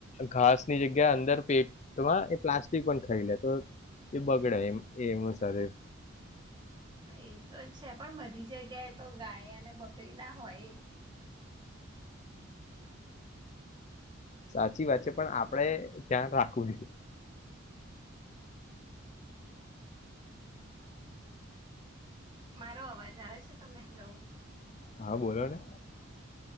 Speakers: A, on the left; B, on the right.
A: ઘાસની જે અંદર પેટમાં એ પ્લાસ્ટિક પણ ખાઈ લે તો એ બગડે એમ શર
B: એ તો છે પણ બધી જગ્યાએ તો ગાય અને બકરી ના હોય
A: સાચી વાત છે પણ આપણેે ધ્યાન રાખવું જોઈ
B: મારો અવાજ આવે છે તમને હેલો
A: હા બોલો ને